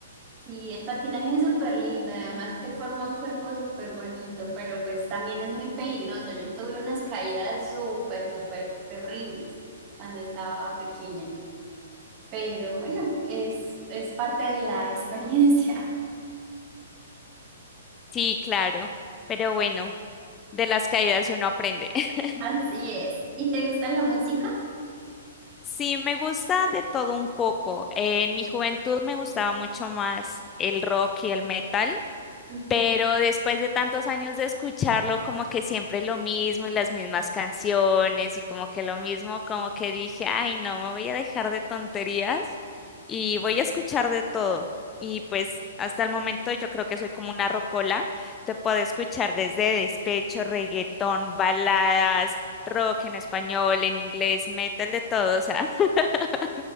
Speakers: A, on the right (about 35°); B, on the left (about 20°).
A: Y el patinaje es súper lindo, además te forma un cuerpo súper bonito, pero pues también es muy peligroso. Yo tuve unas caídas súper, súper terribles cuando estaba pequeña, pero bueno, es, es parte de la experiencia.
B: Sí, claro, pero bueno, de las caídas uno aprende. <laughs>
A: <laughs> Así es. ¿Y te gusta la música?
B: Sí, me gusta de todo un poco. Eh, en mi juventud me gustaba mucho más el rock y el metal.
A: Ujú.
B: Pero después de tantos años de escucharlo, como que siempre lo mismo y las mismas canciones y como que lo mismo, como que dije, ay, no, me voy a dejar de tonterías y voy a escuchar de todo. Y pues hasta el momento yo creo que soy como una rocola, te puedo escuchar desde despecho, reggaetón, baladas, rock en español, en inglés, metal, de todo. O sea, <laughs>